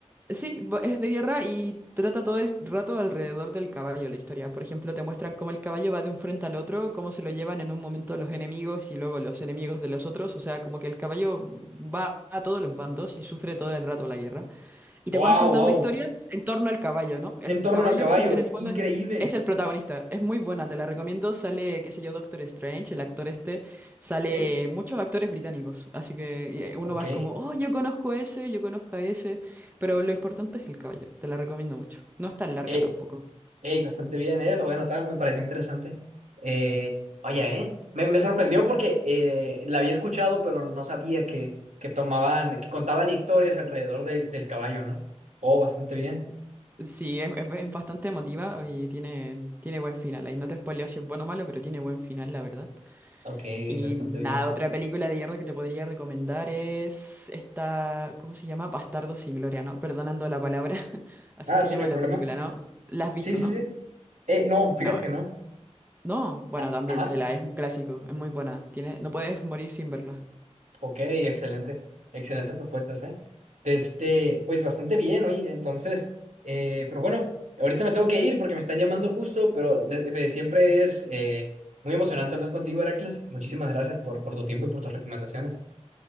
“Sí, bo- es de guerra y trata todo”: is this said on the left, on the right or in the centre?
Right